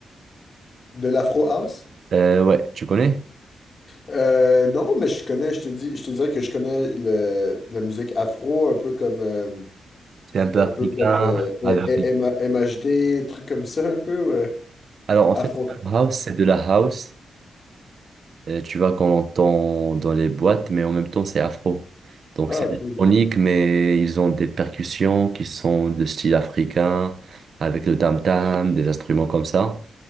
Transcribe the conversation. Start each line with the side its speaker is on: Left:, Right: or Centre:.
Left: De l'Afro House?
Right: Euh, ouais, tu connais?
Left: Euh, non, mais je connais, je te dis, je te dirais que je connais le, la musique afro, un peu comme, euh,
Right: C'est un peu
Left: un
Right: africain.
Left: peu comme euh, E,
Right: avec-
Left: E, M- M- MHD, trucs comme ça, un peu, ouais.
Right: Alors, en
Left: Afro.
Right: fait, l'Afro House, c'est de la house, euh, tu vois, qu'on entend dans les boîtes, mais en même temps, c'est afro. Donc,
Left: Ah,
Right: c'est électronique,
Left: cool,
Right: mais ils ont des percussions qui sont de style africain, avec le tam-tam, des instruments comme ça.